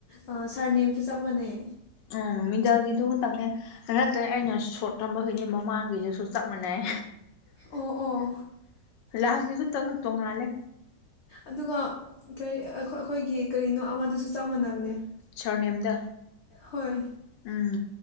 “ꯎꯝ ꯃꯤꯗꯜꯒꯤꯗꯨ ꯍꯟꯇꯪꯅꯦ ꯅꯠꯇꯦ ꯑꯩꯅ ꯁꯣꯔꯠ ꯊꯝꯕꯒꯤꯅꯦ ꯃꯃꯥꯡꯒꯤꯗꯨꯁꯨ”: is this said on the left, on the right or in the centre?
Left